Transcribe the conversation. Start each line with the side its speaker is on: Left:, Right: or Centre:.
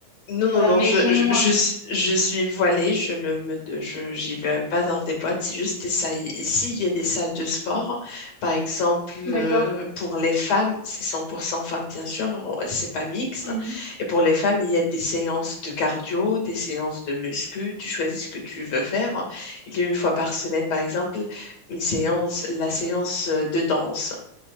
Left: Non, non,
Right: À la
Left: non,
Right: maison?
Left: je, je, je, s- je suis voilée, je ne me, je, j'y vais pas dans des boîtes, c'est juste des salles. Ici, il y a des salles de sport. Par exemple, euh,
Right: D'accord.
Left: pour les femmes, c'est 100% femmes, bien sûr, on- c'est pas mixte.
Right: Mhm,
Left: Et pour les femmes, il y a des séances de cardio, des séances de muscu, tu choisis ce que tu veux faire. Il y a une fois par semaine, par exemple, une séance, la séance de danse.